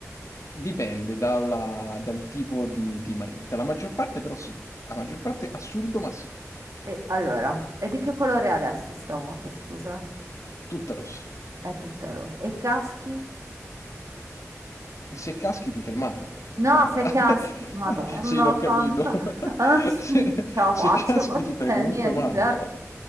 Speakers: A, on the left; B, on the right.
A: dipende dalla- dal tipo di, di marmitta. La maggior parte però sì, la maggior parte assurdo ma sì,
B: E allora, e di che colore è adesso sta moto, scusa?
A: tutta rossa.
B: È tutta rosa. E i caschi?
A: E se caschi ti fai male,
B: No,
A: Barbara.
B: se caschi,
A: <laughs>
B: Madonna
A: Sì, l'ho capito.
B: santa,
A: <laughs>
B: <laughs> Ah,
A: Se,
B: non ce la
A: se
B: faccio
A: caschi
B: con
A: ti fai
B: te,
A: comunque
B: niente.
A: male in modo.